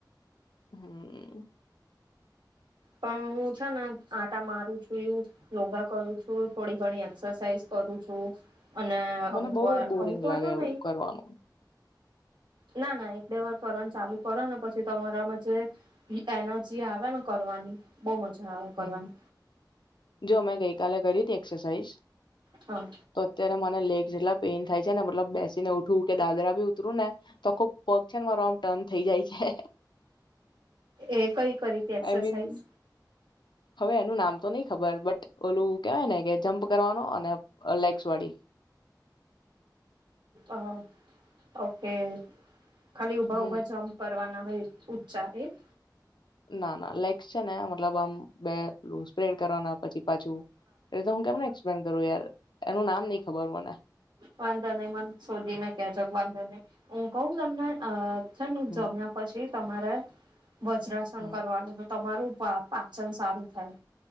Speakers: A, on the left; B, on the right.
A: હમ્મ.
B: પણ હું છે ને આટા મારું છું, યોગા કરું છું, થોડી ઘણી એક્સરસાઇઝ કરું છું અને
A: મને
B: અમુક
A: બહુ
B: વાર
A: બોરિંગ
B: અમુક વાર
A: લાગે
B: તો
A: એવું
B: નહી
A: કરવાનું
B: ના ના એક બે વાર કરવાનું ચાલુ કરો ને પછી તમારામાં જે ની એનર્જી આવે ને કરવાની બહુ મજા આવે કરવાની
A: હમ્મ, જો મેં ગઈ કાલે કરી તી એક્સરસાઇઝ
B: હા
A: તો અત્યારે મેં ના લેગજ જેટલા પેઇન થાય છે ને મતલબ બેસીને ઉઠવું કે દાદરા ભી ઉતરું ને તો ખુબ પગ છે ને મારો આમ ટર્ન થઈ જાય છે.
B: એ કઈ કરીઈ તે એક્સરસાઇઝ.
A: આઈ મીન હવે એનું નામ તો નહી ખબર બટ ઓલું કેહેવાય ને કે જમ્પ કરવાનો અને લેગ્સ વાળી.
B: અ ઓકે. ખાલી ઊભા
A: હમ
B: ઊભા જમ્પ કરવાના હોય. ઉંચા એ
A: ના ના લાઇકસ છે ને મતલબ આમ બે એ સ્પ્રેડ કરવાના પછી. <unintelligible> બંધ કરો યાર. એનું નામ નહી ખબર મને
B: વંદો નહી મને શોધીને કે જો વંદો નહી હું. કઉ તમને અ છે ને
A: હમ
B: જમ્યા પછી તમારે. વજ્રાસન
A: હમ
B: કરવાનું. તમારું પા પાચન સારું થાય.